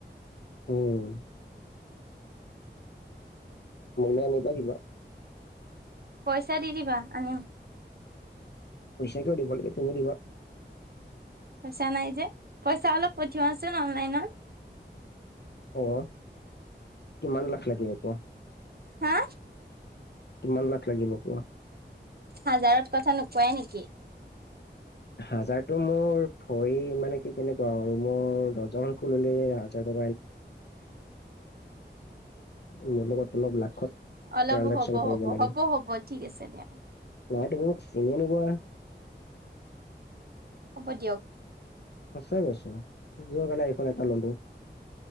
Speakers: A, on the left; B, on the right.
A: উম, মোলৈ আনিবা কিবা।
B: পইচা দি দিবা আনিম।
A: পইচা কিয় দিব লাগে, তুমি দিবা।
B: পইচা নাই যে, পইচা অলপ পঠিওৱা চোন অনলাইনত।
A: অ, কিমান লাখ লাগিব কোৱা?
B: হা
A: কিমান লাখ লাগিব কোৱা।
B: হাজাৰত কথা নোকোৱাই নেকি?
A: হাজাৰটো মোৰ ভৰি মানে কি কেনেকুৱা আৰু মোৰ দৰ্জাখন খুলিলে হাজাৰ- <unintelligible> অলপ লাখত
B: অলপ
A: টাইৰেকচন
B: হ'ব
A: কৰিব
B: হ'ব
A: লাগে।
B: হ'ব হ'ব ঠিক আছে দিয়া
A: নাই তুমি মোক ছিঙি নোপোৱা।
B: হ'ব দিয়ক।
A: সঁচা কৈছোঁ যোৱা কালি আই ফোন এটা ললো।